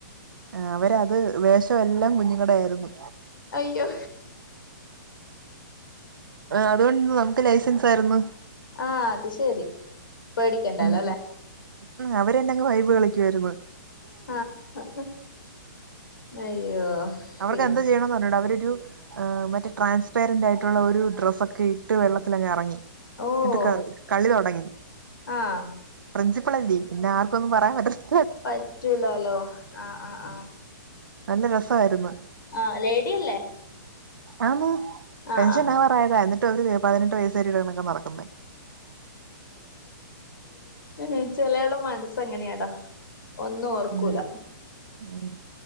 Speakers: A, on the right (about 80°); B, on the left (about 75°).
A: ആ അവര അത് വേഷ എല്ലാം കുഞ്ഞുങ്ങടെ ആരുന്നു
B: അയ്യോ
A: അതുകൊണ്ട് നമക്ക് ലൈസൻസ് ആയിരുന്നു
B: ആ അത് ശരി പേടിക്കണ്ടാലോല്ലെ
A: ഉം ഉം അവരെന്നങ്ങ് വൈബ് കളിക്കുയിരുന്നു
B: ആ ആ അയ്യോ
A: അവർക്ക്
B: പിന്നെ
A: എന്ത് ചെയ്യണന്ന് അറിഞ്ഞൂടാ. അവരെരു ആ മറ്റേ ട്രാൻസ്പാരന്റ് ആയിട്ടുള്ള ഒരു ഡ്രസ്സക്കെ ഇട്ട് വെള്ളത്തിലങ്ങ് എറങ്ങി
B: ഓഹ്
A: എന്നിട്ട് ക കളി തൊടങ്ങി
B: ആഹ്
A: പ്രിൻസി ഇപ്പളാ ജീവിക്കുന്നെ ആർക്കു ഒന്നും പറയാൻ പറ്റത്തി
B: പറ്റൂലാലോ? ആഹ് ആഹ് ആഹ്
A: നല്ല രസായിരുന്നു.
B: ആഹ് ലേഡിയല്ലേ?
A: ആന്ന്.
B: ആഹ്
A: പെൻഷൻ
B: ആഹ്
A: ആവാറായതാ. എന്നിട്ട് അവര് പതിനെട്ട് വയസ്സ് <unintelligible> ടൊക്കെ നടക്കുന്നേ
B: ഉം ചെലയാള മനസ്സങ്ങനെയാടാ ഒന്നും ഓർക്കൂല
A: ഉം ഉം.